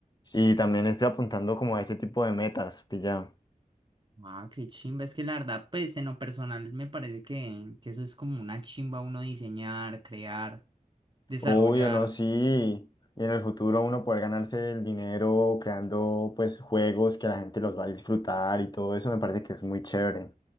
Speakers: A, on the left; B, on the right.
A: Y también estoy apuntando como a ese tipo de metas, pilla.
B: Ah, qué chimba. Es que la verdad, pues en lo personal me parece que, que eso es como una chimba uno diseñar, crear, desarrollar.
A: Obvio, no, sí. Y en el futuro uno poder ganarse el dinero creando pues juegos que la gente los va a disfrutar y todo eso me parece que es muy chévere.